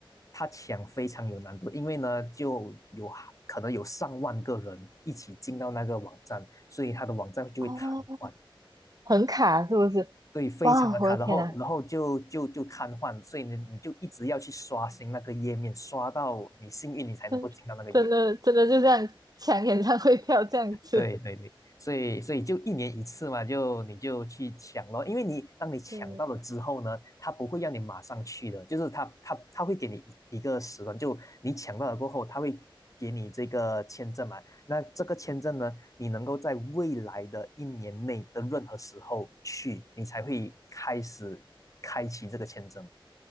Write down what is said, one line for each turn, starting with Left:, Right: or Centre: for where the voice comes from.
Left: 他抢非常有难度，因为呢就有可能有上万个人一起进到那个网站，所以他的网站就会瘫痪，
Right: 哦，很卡是不是？
Left: 对，非常的卡。
Right: 哇，我的天呐，
Left: 然后然后就就就瘫痪，所以呢你就一直要去刷新那个页面，刷到你幸运你才能够进到那个页面。
Right: <laughs> 真的真的就这样抢演唱会票这样子。
Left: 对对对，所以所以就一年一次嘛，就你就去抢咯，因为你当你抢到了之后呢，
Right: <laughs> 对，
Left: 他不会让你马上去的，就是他他他会给你一一个时段，就你抢到了过后，他会给你这个签证嘛，那这个签证呢，你能够在未来的一年内的任何时候去，你才会开始开启这个签证。